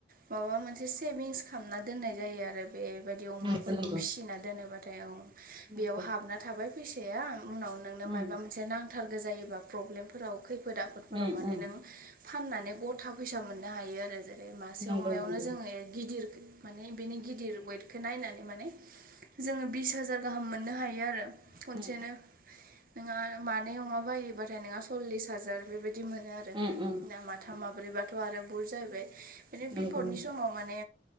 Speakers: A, on the right; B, on the right.
A: माबा मोनसे सेभिंस खामना दोननाय जायो आरो। बेबायदि अमाफोरखौ
B: नंगौ
A: फिसिना
B: नंगौ
A: दोनोबाथाय आ
B: नंगौ
A: बेयाव हाबना थाबाय फैसाया उनाव नोंनो
B: उम
A: मायाब‌ मोनसे नांथारगो जायोबा प्रब्लेमफोराव खै फोद आफोदफोराव
B: उम
A: माने
B: उम
A: नों फाननानै गथा फैसा मोननो हायो आरो <unintelligible> बे मासे
B: नंगौ
A: अमायावनो
B: नंगौ
A: जोङो गिदिर माने बेनि गिदिर वेटखौ नायनानै माने जोङो बिस हाजार गाहाम मोननो हायो आरो। खनसेनो
B: उम
A: नोंहा मानै अमा बायोबाथाय नोंहा सल्लिस हाजार बेबायदि मोनो आ आरो
B: उम उम
A: दा माथाम माब्रैबाथ' आरो बुर जाहैबाय बिनो
B: नंगौ
A: बिफदनि
B: नंगौ
A: समाव माने